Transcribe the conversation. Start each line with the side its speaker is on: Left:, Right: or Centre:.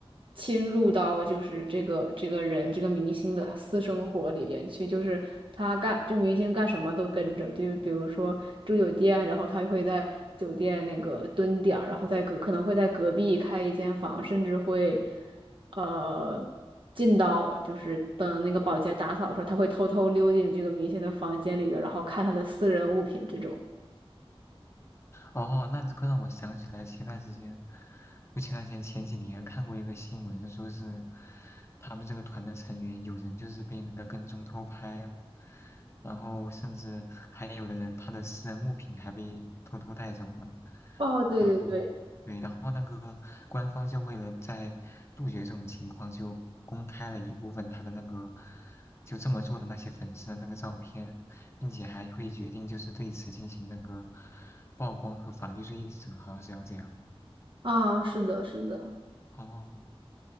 Right: 侵入到就是这个这个人这个明星的私生活里边去，就是他干这个明星干什么都跟着，就是比如说住酒店，然后他会在酒店那个蹲点儿，然后在隔可能会在隔壁开一间房，甚至会。呃进到就是等那个保洁打扫的时候，他会偷偷溜进这个明星的房间里边然后看他的私人物品这种。
Left: 哦，那这个让我想起来前段时间，不前段时间前几年看过一个新闻，说是他们这个团的成员有人就是被那个跟踪偷拍了，然后甚至还有的人他的私人物品还被偷偷带走了，
Right: 哦，对对对，
Left: 然后对，然后那个官方就为了在杜绝这种情况，就公开了一部分他的那个就这么做的那些粉丝的那个照片。并且还会决定就是对此进行那个曝光和法律追责，好像是要这样。
Right: 啊，是的，是的，
Left: 哦，